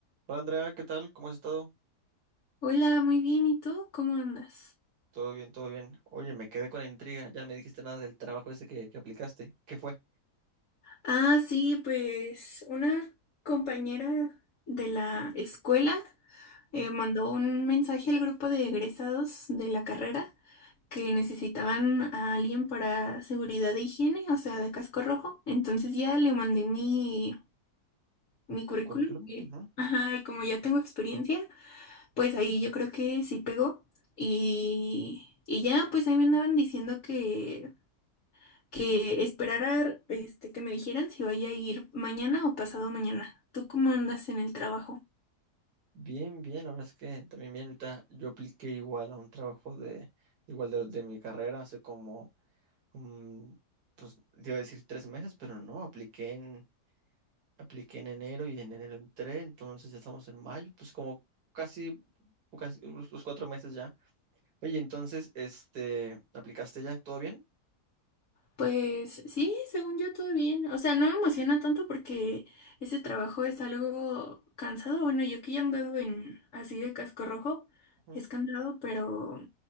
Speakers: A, on the right (about 75°); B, on the left (about 55°).
A: Hola Andrea, ¿qué tal? ¿Cómo has estado?
B: Hola, muy bien. ¿Y tú? ¿Cómo andas?
A: Todo bien, todo bien. Oye, me quedé con la intriga. Ya no me dijiste nada del trabajo ese que, que aplicaste. ¿Qué fue?
B: Ah, sí, pues una compañera de la escuela eh,
A: Ah,
B: mandó un mensaje al grupo de egresados de la carrera que necesitaban a alguien para seguridad de higiene, o sea, de casco rojo. Entonces ya le mandé mi, mi
A: ¿Tu
B: currículum.
A: currículum?
B: y,
A: Ujú.
B: Ajá, y como ya tengo experiencia, pues ahí yo creo que sí pegó. Y, y ya, pues ahí me andaban diciendo que... que esperara este, que me dijeran si vaya a ir mañana o pasado mañana. ¿Tú cómo andas en el trabajo?
A: Bien, bien. La verdad es que también bien. Ahorita yo apliqué igual a un trabajo de igual de, de mi carrera hace como, mm, pues te iba a decir tres meses, pero no. Apliqué en apliqué en enero y en enero entré. Entonces ya estamos en mayo. Pues como casi, casi los los cuatro meses ya. Oye, entonces, este, ¿aplicaste ya? ¿Todo bien?
B: Pues sí, según yo todo bien. O sea, no me emociona tanto porque ese trabajo es algo cansado. Bueno, yo que ya ando en así de casco rojo,
A: Ujú,
B: es cansado, pero